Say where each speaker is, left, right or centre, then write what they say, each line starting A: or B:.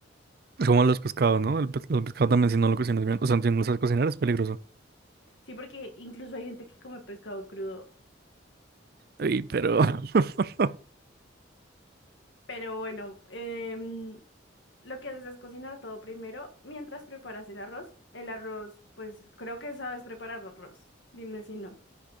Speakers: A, on the right; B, on the left.
A: Es como los pescados, ¿no? El, pe- los pescados también si no lo cocinas bien, o sea, si no lo sabes cocinar es peligroso.
B: sí, porque incluso hay gente que come pescado crudo.
A: Ey, pero... <laughs>
B: Pero bueno, em, lo que haces es cocinar todo primero mientras preparas el arroz. El arroz, pues creo que sabes preparar arroz. Dime si no.